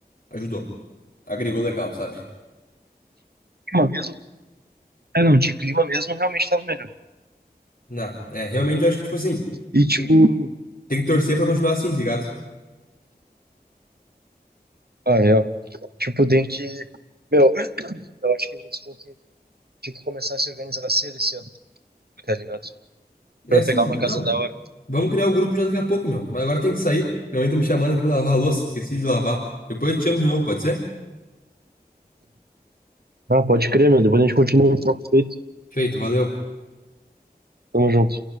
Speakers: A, on the left (about 55°); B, on the right (about 70°).
A: Ajudou. Agregou legal, sabe?
B: Clima mesmo. É, não, de clima mesmo realmente tava melhor.
A: Não, é, realmente eu acho que, tipo assim,
B: E tipo.
A: tem tem que torcer pra continuar assim, tá ligado?
B: Ah, real. Tipo, tem que. Meu, Eu acho que a gente tem que, tinha que começar a se organizar cedo esse ano, tá ligado?
A: É
B: Pra
A: assim,
B: pegar
A: meu.
B: uma casa
A: Não,
B: da hora.
A: Vamos criar o grupo já daqui a pouco, meu. Mas agora tem que sair. Minha mãe tá me chamando aqui pra lavar a louça. Esqueci de lavar. Depois eu te chamo de novo, pode ser?
B: Ah, pode crer, meu. Depois a gente continua o papo feito.
A: Feito, valeu.
B: Tamo junto.